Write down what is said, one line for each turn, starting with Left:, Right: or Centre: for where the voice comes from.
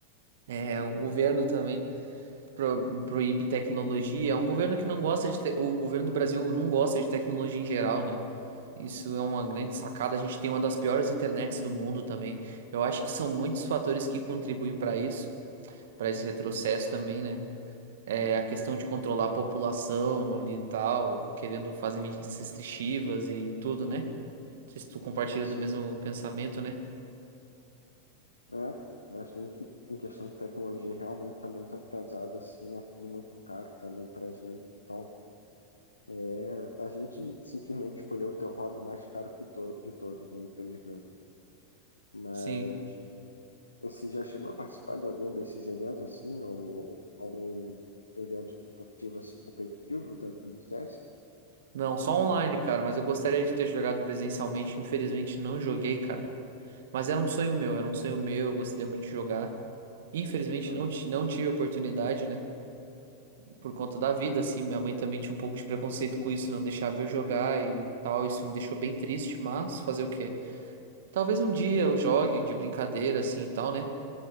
Right: É,
Left: Uhum,
Right: o governo também pro- proíbe tecnologia. É um governo que não gosta de. te- O governo do Brasil não gosta de tecnologia em geral, né? Isso é uma grande sacada. A gente tem uma das piores internets do mundo também. Eu acho que são muitos fatores que contribuem para isso, para esse retrocesso também, né? É a questão de controlar a população ali e tal, querendo fazer medidas restritivas e tudo, né? Não sei se tu compartilha
Left: sim.
Right: do mesmo pensamento, né?
Left: É, a gente, em questão de tecnologia, realmente é muito atrasado, assim, é tudo muito caro também pra gente. Então, é, a gente simplesmente escolheu ter o hobby mais caro que to de todos, né, infelizmente. Mas
Right: Sim.
Left: Você já chegou a participar de algum desses eventos assim, ou algum evento esportivo assim competitivo dentro do CS?
Right: Não, só online, cara, mas eu gostaria de ter jogado presencialmente. Infelizmente não joguei, cara. Mas era um sonho meu, era um sonho meu, eu gostaria muito de jogar. Infelizmente
Left: Ah,
Right: não, ti- não tive oportunidade, né? por conta da vida, assim. Minha mãe também tinha um pouco de preconceito com isso, não deixava eu jogar e tal. Isso me deixou bem triste, mas fazer o quê? Talvez um dia eu jogue de brincadeira, assim e tal, né?